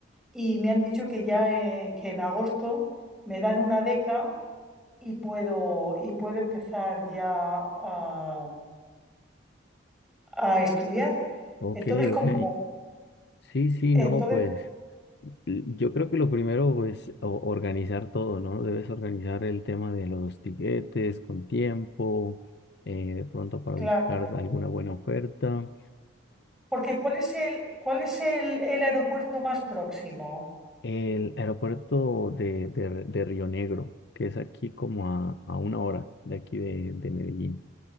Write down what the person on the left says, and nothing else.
Ok,
ok. Sí, sí,
no, pues l- yo creo que lo primero es o- organizar todo, ¿no? Debes organizar el tema de los tiquetes con tiempo, eh, de pronto para
buscar alguna buena oferta.
El aeropuerto de, de- de Río Negro, que es aquí como a, a una hora de aquí de, de Medellín.